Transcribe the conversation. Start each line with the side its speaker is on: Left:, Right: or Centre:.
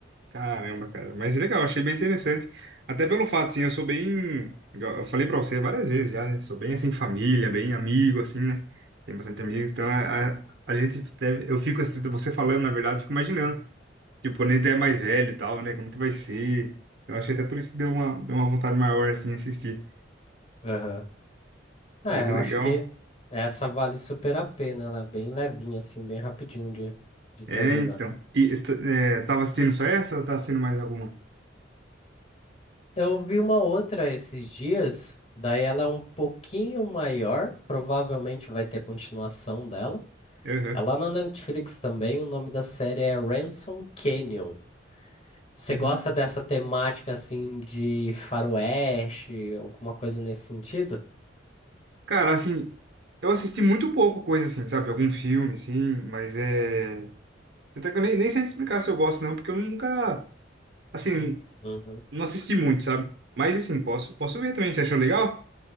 Right: Caramba, cara. Mas legal, achei bem interessante. Até pelo fato, assim, eu sou bem. igual Eu falei pra você várias vezes já, né? Sou bem, assim, família, bem amigo, assim, né? Tenho bastante amigos. Então, a, a, a gente deve. Eu fico, assim, você falando, na verdade, eu fico imaginando. Tipo, quando a gente é mais velho e tal, né? Como que vai ser? Então, achei até por isso que deu uma, deu uma vontade maior, assim, assistir.
Left: aham. É,
Right: Mas
Left: eu
Right: é legal.
Left: acho que essa vale super a pena, ela é bem levinha, assim, bem rapidinho de, de
Right: É,
Left: terminar.
Right: então. E esta- é, tava assistindo só essa ou tá assistindo mais alguma?
Left: Eu ouvi uma outra esses dias, daí ela é um pouquinho maior, provavelmente vai ter continuação dela.
Right: Aham.
Left: Ela na Netflix também, o nome da série é Ransom Canyon. Você
Right: Hum.
Left: gosta dessa temática assim de faroeste, alguma coisa nesse sentido?
Right: Cara, assim, eu assisti muito pouco coisa assim, sabe? Algum filme, assim, mas é. Até que eu nem, nem sei explicar se eu gosto, não, porque eu nunca, assim,
Left: Uhum,
Right: não assisti muito, sabe? Mas assim, posso, posso ver também. Você achou legal?